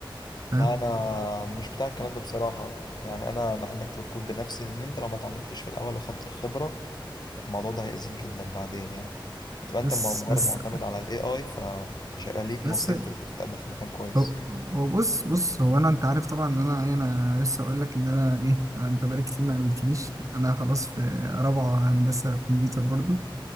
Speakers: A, on the right; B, on the left.
A: فاهم
B: لا انا مش بتاع الكلام ده بصراحة يعني انا بحب اكتب الكود بنفسي لان انت لو ما اتعلمتش في الاول واخدت الخبرة الموضوع ده هيأذيك جدا بعدين يعني هتبقى انت
A: بس
B: م- مجرد
A: بس
B: معتمد على الاي اي فمش هيبقى ليك
A: بس
B: نصيب في المستقبل في مكان كويس
A: هو هو بص بص هو انا انت عارف طبعا ان انا إيه، انا لسه اقول لك ان انا ايه انا انت بقالك كتير ما قابلتنيش انا خلاص في رابعه هندسه كمبيوتر برضو